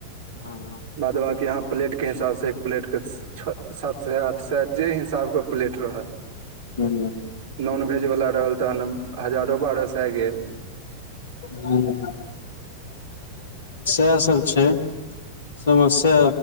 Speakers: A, on the left; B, on the right.
A: हँ
B: बाद बाकी अहाँ प्लेटके हिसाब से एक प्लेटके छ, सात सा आठ सा जय हिसाबके प्लेट रहैत।
A: हु।
B: नॉनवेजवला रहल तखन हजारो बारह सा गेल।
A: हु हु हु सएह सब छै। समस्या